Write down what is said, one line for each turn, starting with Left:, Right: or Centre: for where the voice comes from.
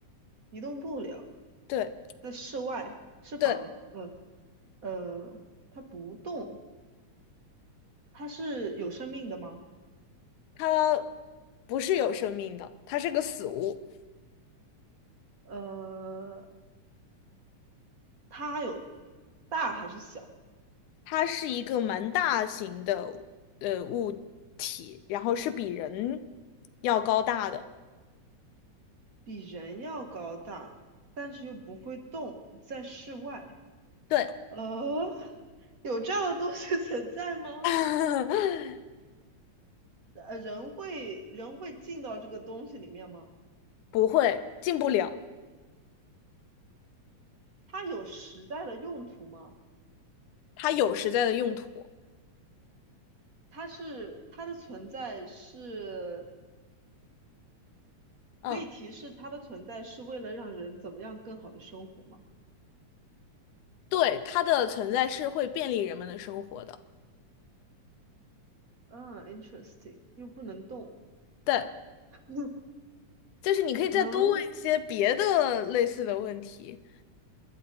Right: 移动不了，
Left: 对。
Right: 在室外是房，
Left: 对，
Right: 呃呃，它不动，它是有生命的吗？
Left: 它不是有生命的，它是个死物，
Right: 呃，它有大还是小？
Left: 它是一个蛮大型的呃物体，然后是比人要高大的。
Right: 比人要高大，但是又不会动，在室外。
Left: 对，
Right: 呃，有这样的东西 <laughs> 存在吗？
Left: <laughs>
Right: 呃，人会人会进到这个东西里面吗？
Left: 不会，进不了，
Right: 它有实在的用途吗？
Left: 它有实在的用途。
Right: 它是它的存在是
Left: 嗯，
Right: 可以提示它的存在是为了让人怎么样更好的生活吗？
Left: 对，它的存在是会便利人们的生活的。
Right: 嗯，interesting，又不能动。
Left: 对，
Right: <laughs>
Left: 就是你可以再多问一些别的类似的问题。
Right: 嗯